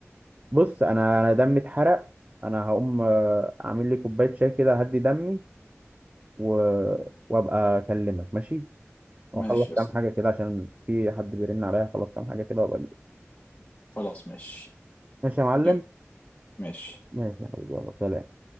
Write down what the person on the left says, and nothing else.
ماشي يا اسطى
خلاص ماشي
يلا ماشي